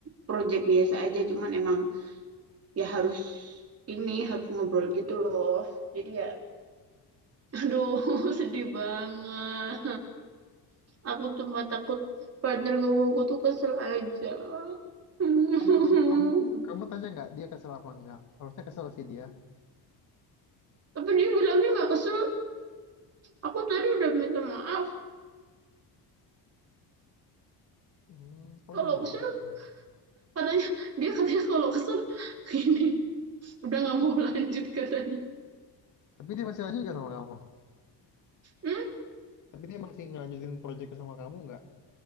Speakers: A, on the right (about 35°); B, on the left (about 45°).
A: project biasa aja, cuman emang ya harus ini harus ngobrol gitu loh jadi ya <laughs> aduh <laughs> sedih banget aku cuma takut partner gue mau gue tuh kesel aja <laughs>
B: Kamu kamu kamu kamu tanya nggak dia kesel apa nggak? Harusnya kesel sih dia.
A: tapi dia bilangnya nggak kesel aku tadi udah minta maaf
B: Hmm, kamu
A: kalau
B: udah minta
A: kesel
B: maaf sama dia.
A: katanya dia katanya kalau kesel <laughs> ini udah nggak mau <laughs> lanjut katanya
B: Tapi dia masih lanjut nggak sama kamu?
A: hmm?
B: Tapi dia masih ngelanjutin proyeknya sama kamu nggak?